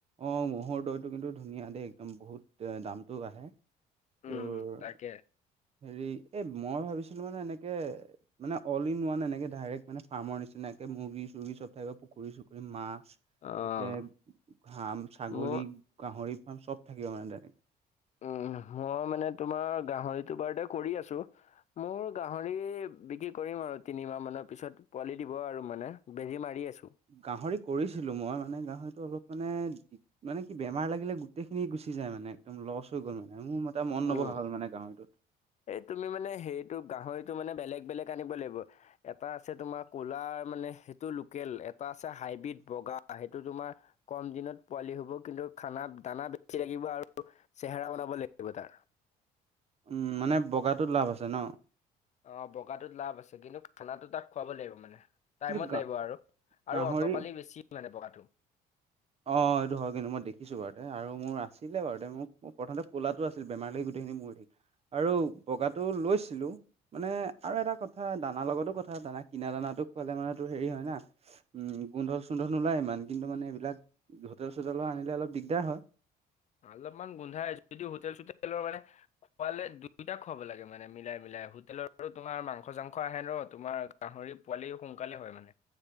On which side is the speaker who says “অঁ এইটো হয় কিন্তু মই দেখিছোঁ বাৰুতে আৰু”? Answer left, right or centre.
Right